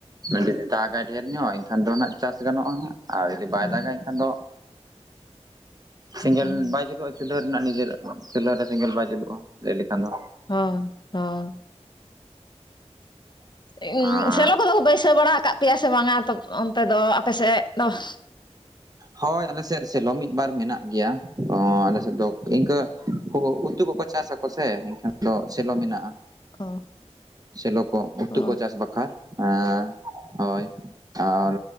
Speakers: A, on the right; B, on the left.
A: ᱡᱩᱫᱤ ᱫᱟᱜᱟᱭ ᱰᱷᱮᱨ ᱧᱚᱜ ᱮᱱᱠᱷᱟᱱ ᱫᱚᱱᱟᱜ ᱪᱟᱥ ᱜᱟᱱᱚᱜᱼᱟ ᱦᱟᱸᱜ᱾ ᱟᱨ ᱡᱩᱫᱤ ᱵᱟᱭ
B: ᱦᱳᱭ
A: ᱫᱟᱜᱟ ᱮᱱᱠᱷᱟᱱ ᱫᱚ ᱥᱮᱸᱜᱮᱞ
B: ᱦᱚᱸ
A: ᱵᱟᱭ ᱡᱩᱞᱩᱜᱼᱟ ᱪᱩᱞᱦᱟᱹ ᱨᱮᱱᱟᱜ ᱱᱤᱡᱮᱨ ᱪᱩᱞᱦᱟᱹ ᱨᱮ ᱥᱮᱸᱜᱮᱞ ᱵᱟᱭ ᱡᱩᱞᱩᱜᱼᱟ ᱞᱟᱹᱭ ᱞᱮᱠᱷᱟᱱ ᱫᱚ
B: ᱦᱚᱸ ᱦᱚᱸ <unintelligible>
A: ᱟᱨ
B: ᱥᱮᱞᱚ ᱠᱚᱫᱚ ᱠᱚ ᱵᱟᱹᱭᱥᱟᱹᱣ ᱵᱟᱲᱟ ᱠᱟᱜ ᱯᱮᱭᱟ ᱥᱮ ᱵᱟᱝᱟ ᱚᱱᱛᱮ ᱫᱚ ᱟᱯᱮ ᱥᱮᱫ? <unintelligible>
A: ᱦᱳᱭ ᱟᱞᱮᱥᱮᱫ ᱥᱮᱞᱚ ᱢᱤᱫ ᱵᱟᱨ ᱢᱮᱱᱟᱜ ᱜᱮᱭᱟ ᱚᱻ ᱟᱞᱮᱥᱮᱫ ᱫᱚ ᱤᱱᱠᱟᱹᱩ ᱩᱛᱩ ᱠᱚᱠᱚ ᱪᱟᱥᱟ᱾ ᱠᱚ ᱥᱮ ᱮᱱᱠᱷᱟᱱ ᱫᱚ ᱥᱮᱞᱚ ᱢᱮᱱᱟᱜᱼᱟ᱾
B: ᱚ
A: ᱥᱮᱞᱚ ᱠᱚ ᱩᱛᱩ
B: ᱚ
A: ᱠᱚ ᱪᱟᱥ ᱵᱟᱠ ᱦᱟᱸ ᱮᱸᱻ ᱦᱳᱭ ᱟᱨ